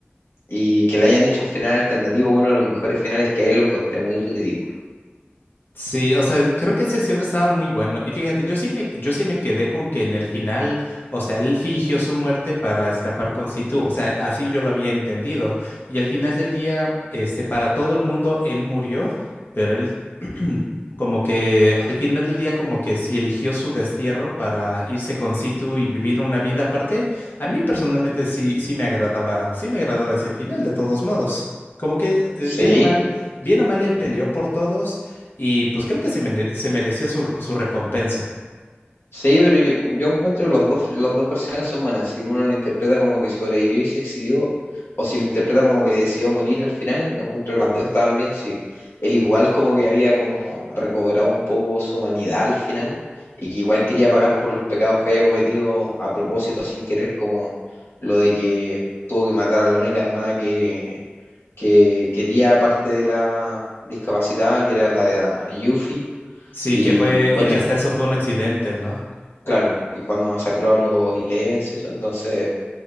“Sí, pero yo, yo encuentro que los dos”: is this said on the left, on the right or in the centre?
Left